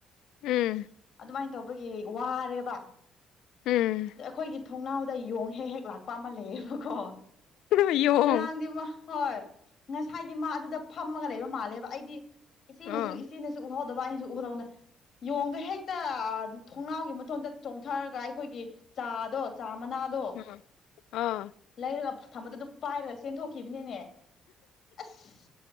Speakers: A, on the left; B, on the left.
A: ꯎꯝ꯫
B: ꯑꯗꯨꯃꯥꯏꯅ ꯇꯧꯕꯒꯤ ꯋꯥꯔꯦꯕ꯫
A: ꯎꯝ꯫
B: ꯑꯩꯈꯣꯏꯒꯤ ꯊꯣꯡꯅꯥꯎꯗ ꯌꯣꯡ ꯍꯦꯛ ꯍꯦꯛ ꯂꯥꯛꯄ ꯑꯃ ꯂꯩꯌꯦꯕꯀꯣ꯫
A: ꯌꯣꯡ
B: ꯉꯔꯥꯡꯗꯤ ꯃꯍꯣꯏ ꯉꯁꯥꯏꯗꯤ ꯃꯥ ꯑꯗꯨꯗ ꯐꯝꯃꯒ ꯂꯩꯕ ꯃꯥꯜꯂꯦꯕ ꯑꯩꯗꯤ꯫ ꯏꯆꯦꯅꯁꯨ
A: ꯑꯥ
B: ꯏꯆꯦꯅꯁꯨ ꯎꯍꯧ꯫ ꯗꯕ ꯑꯩꯅꯁꯨ ꯎꯍꯧꯗꯕ ꯌꯣꯡꯗꯣ ꯍꯦꯛꯇ ꯊꯣꯡꯅꯥꯎꯒꯤ ꯃꯊꯣꯟꯗ ꯆꯣꯡꯊꯣꯛ꯫ ꯊꯔꯒ ꯑꯩꯈꯣꯏꯒꯤ ꯆꯥꯗꯣ ꯆꯥ ꯃꯅꯥꯗ꯫
A: ꯎꯝ ꯑꯥ꯫
B: ꯂꯩꯔꯒ ꯊꯝꯕꯗꯨ ꯑꯗꯨ ꯄꯥꯏꯔꯒ ꯆꯦꯟꯊꯣꯛꯈꯤꯕꯅꯤꯅꯦ ꯑꯁ꯫